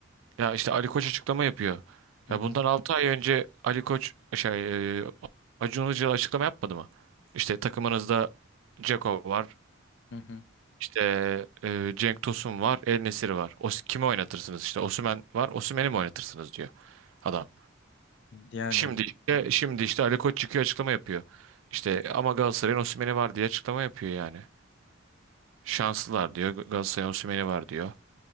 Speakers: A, on the right; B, on the left.
A: Ya işte Ali Koç açıklama yapıyor.
B: Hı
A: Ya
B: hı,
A: bundan 6 ay önce Ali Koç şey e, Acun Ilıcalı açıklama yapmadı mı? İşte takımınızda Dzeko var.
B: hı hı.
A: İşte e, Cenk Tosun var. El Nesiri var. O, kimi oynatırsınız? İşte Osimhen var. Osimhen'i mi oynatırsınız diyor adam.
B: Yani
A: Şimdi işte şimdi işte Ali Koç çıkıyor açıklama yapıyor. İşte ama Galatasaray'ın Osimhen'i var diye açıklama yapıyor yani. Şanslılar diyor. Galatasaray'ın Osimhen'i var diyor.